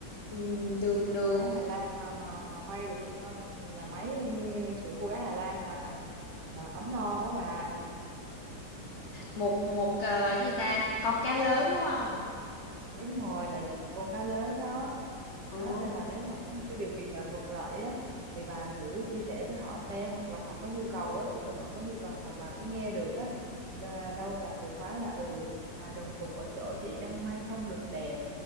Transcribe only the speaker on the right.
cô gái Hà Lan mà mà mà may được cho nhà máy ừ, sữa cô gái Hà Lan là là ấm no đó bà
đúng rồi là dạng một con cá lớn đó
đó nên là nếu mà có một cái điều kiện nào thuận lợi á thì bà thử chia sẻ với họ xem hoặc là họ có nhu cầu á chỉ cần họ có nhu cầu mà bà có nghe được á đa- đâu là từ khóa là ừ à, đồng phục ở chỗ chị đang may không được đẹp